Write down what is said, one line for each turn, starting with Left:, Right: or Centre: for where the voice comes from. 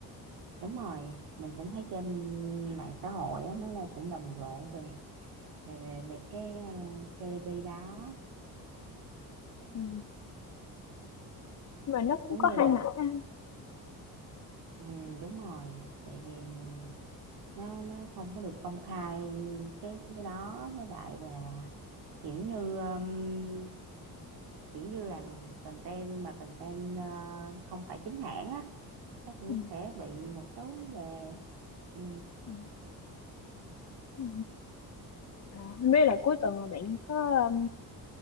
Right: đúng rồi mình cũng thấy trên mạng xã hội á mấy nay cũng rầm rộ về về về, về cái uh, Jollibee đó
Left: ừ. mà nó cũng
Right: giống
Left: có
Right: như
Left: hai
Right: là
Left: mặt ha
Right: ừ, đúng rồi tại vì nó nó không có được công khai cái cái đó với lại là kiểu như um, kiểu như làm content mà content ờ, không phải chính hãng á nó cũng
Left: ừ.
Right: sẽ bị một số vấn đề ừ
Left: Ừ. Ừ. Ờ, không biết là cuối tuần là bạn có um,